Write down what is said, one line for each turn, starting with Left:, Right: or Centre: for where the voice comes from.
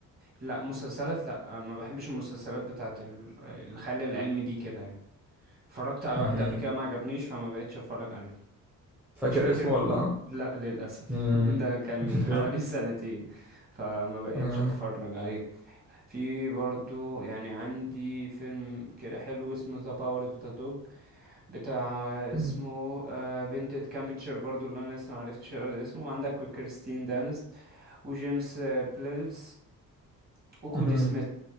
Right: لا مسلسلات لا آه، ما بحبش المسلسلات بتاعت ال- آه، الخيال العلمي دي كده يعني اتفرجت على
Centre: مهم.
Right: واحد قبل كده ما عجبنيش فما بقتش اتفرج عليه
Centre: فاكر
Right: مش فاكر
Centre: اسمه ولا لأ؟
Right: لا للاسف
Centre: مم.
Right: <laughs> ده كان
Centre: <laughs>
Right: من حوالي سنتين فما بقتش
Centre: آه.
Right: اتفرج عليه في برضه يعني عندي فيلم كده حلو اسمه ذا باور اوف ذا دوج بتاع
Centre: مم.
Right: اسمه آه، بنت كامبتشر برضو اللي انا لسه معرفتش اقرا اسمه عندك وكريستين دانست وجيمس آه، بليلز وكودي
Centre: مهم.
Right: سميث